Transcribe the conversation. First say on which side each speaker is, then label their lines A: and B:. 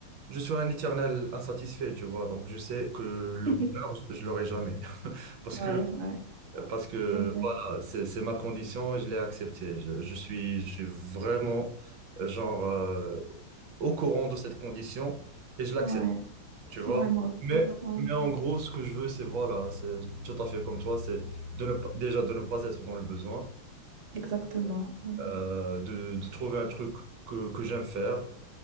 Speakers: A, on the right (about 75°); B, on the right (about 40°).
A: Je suis un éternel insatisfait, tu vois, donc je sais que le
B: <laughs>
A: bonheur, je, je l'aurai jamais. <laughs> Parce
B: Ouais,
A: que,
B: ouais,
A: parce que
B: c'est vrai.
A: voilà, c'est, c'est ma condition, je l'ai acceptée. Je, je suis, je suis vraiment, euh, genre, euh, au courant de cette condition et je l'accepte.
B: Ouais,
A: Tu vois?
B: ouais, moi
A: Mais,
B: aussi. Ouais,
A: mais en gros, ce que je veux, c'est voilà, c'est tout à fait comme toi, c'est de ne pas, déjà de ne pas être dans le besoin,
B: exactement. Mm.
A: euh, de, de trouver un truc que, que j'aime faire.